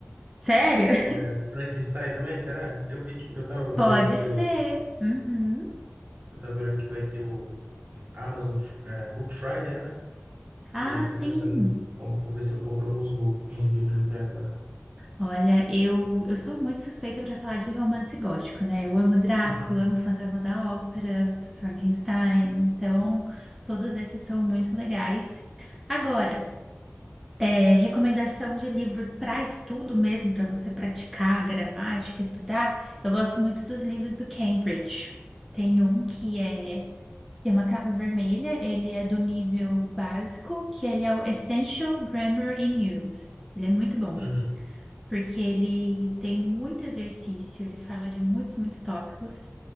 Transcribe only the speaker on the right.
É, Frankenstein também, será? Eu vi que... Eu tava olhando
aqui
o...
Eu tava olhando que vai ter o Amazon eh, Book Friday, né?
E aí eu tô
tentando, bom, vou ver se eu compro alguns bu- uns livros aqui agora.
Uhum.
Uhum.